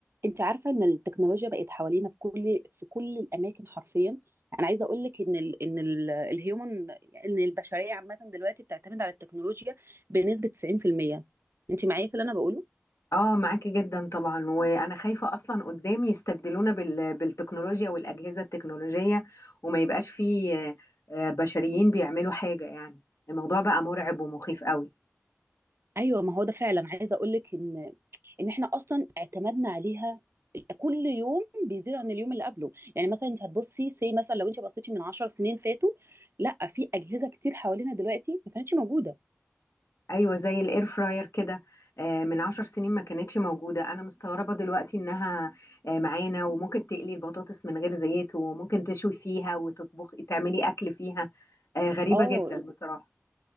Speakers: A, on the right; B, on the left.
A: انت عارفه ان التكنولوجيا بقت حوالينا في كل في كل الاماكن حرفيا انا عايزه اقول لك ان ال ان ال الهيومن ان البشريه عامه دلوقتي بتعتمد على التكنولوجيا بنسبه 90% انت معايا في اللي انا بقوله
B: اه معاكي جدا طبعا وانا خايفه اصلا قدام يستبدلونا بال... بالتكنولوجيا والاجهزه التكنولوجيه وما يبقاش فيه آه، آه، بشريين بيعملوا حاجه يعني الموضوع بقى مرعب ومخيف قوي
A: ايوه ما هو ده فعلا عايزه اقول لك ان ان احنا اصلا اعتمدنا عليها كل يوم بيزيد عن اليوم اللي قبله يعني مثلا انت هتبصي سي مثلا لو انت بصيتي من 10 سنين فاتوا لا في اجهزه كتير حوالينا دلوقتي ما كانتش موجوده
B: ايوه زي الاير فراير كده آه، من عشر سنين ما كانتش موجوده انا مستغربه دلوقتي انها آه، معانا وممكن تقلي البطاطس من غير زيت وممكن تشوي فيها وتطبخ تعملي اكل فيها آه، غريبه
A: اه
B: جدا بصراحه